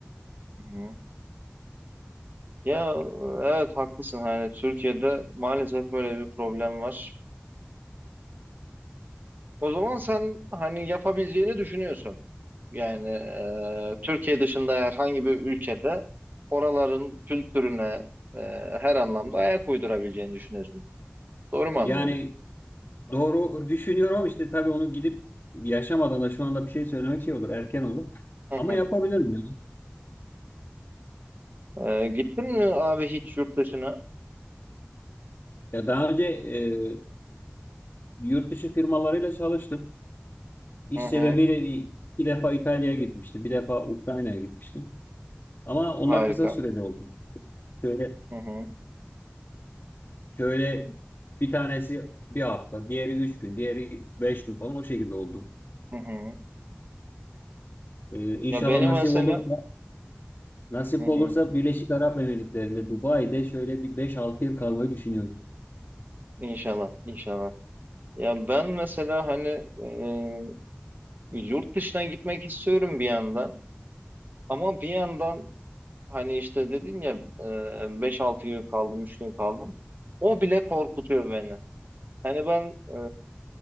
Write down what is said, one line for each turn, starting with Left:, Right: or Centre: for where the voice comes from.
Right: hı hı. Ya evet haklısın hani Türkiye'de maalesef böyle bir problem var. O zaman sen hani yapabileceğini düşünüyorsun. Yani e, Türkiye dışında herhangi bir ülkede oraların kültürüne e, her anlamda ayak uydurabileceğini düşünüyorsun. Doğru mu
Left: Yani
Right: anlıyorum?
Left: Doğru düşünüyorum ama işte tabii onu gidip yaşamadan da şu anda bir şey söylemek şey olur, erken olur.
Right: Hı
Left: Ama
Right: hı.
Left: yapabilirim yani.
Right: E, gittin mi abi hiç yurt dışına?
Left: Ya daha önce e, yurt dışı firmalarıyla çalıştım. İş
Right: Hı hı.
Left: sebebiyle bir, iki defa İtalya'ya gitmiştim, bir defa Ukrayna'ya gitmiştim. Ama onlar
Right: Harika.
Left: kısa süreli oldu. Şöyle,
Right: Hı hı.
Left: şöyle bir tanesi bir hafta, diğeri üç gün, diğeri beş gün falan o şekilde oldu.
Right: Hı hı.
Left: E, İnşallah
Right: Ya benim
Left: nasip
Right: mesela
Left: olursa, nasip
Right: hı hı.
Left: olursa Birleşik Arap Emirlikleri'nde, Dubai'de şöyle bir beş altı yıl kalmayı düşünüyorum.
Right: İnşallah, inşallah. Ya ben mesela hani e, yurt dışına gitmek istiyorum bir yandan ama bir yandan hani işte dedin ya e, 5-6 gün kaldım, 3 gün kaldım. O bile korkutuyor beni. Hani ben e,